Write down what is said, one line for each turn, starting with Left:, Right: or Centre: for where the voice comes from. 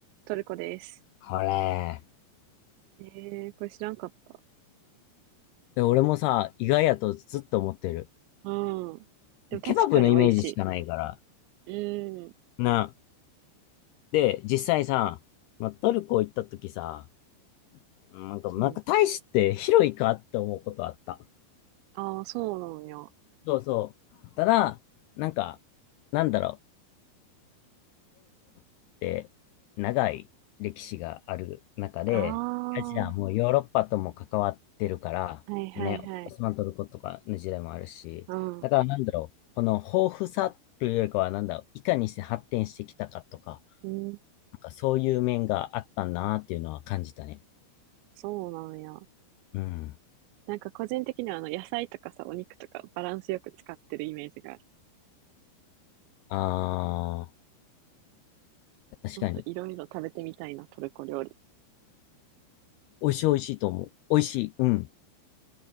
Right: トルコです。
Left: これ。
Right: えー、これ知らんかった。
Left: で俺もさ、意外やとずっと思ってる。
Right: うん。でも確かに美味し
Left: ケバブのイメージしかないから。
Right: い。うん。
Left: な。で、実際さ、まあ、トルコ行った時さ、なんか、
Right: うん。
Left: なんか大して広いかって思うことあった。
Right: ああ、そうなのよ。
Left: そうそう。ただ、なんか、なんだろう。って長い歴史がある中で、
Right: ああ、
Left: アジアもヨーロッパとも関わってるから、
Right: はいはいはい。
Left: ね、オスマントルコとかの時代もあるし、
Right: ああ、
Left: だからなんだろう、この豊富さというよりかは、なんだろう、いかにして発展してきたかとか、
Right: うん、
Left: なんかそういう面があったなっていうのは感じたね。
Right: そうなんや。
Left: うん。
Right: なんか個人的にはあの野菜とかさ、お肉とかバランスよく使ってるイメージがある。
Left: ああ確かに。
Right: もっといろいろ食べてみたいな、トルコ料理。
Left: 美味しい美味しいと思う。美味しい。うん。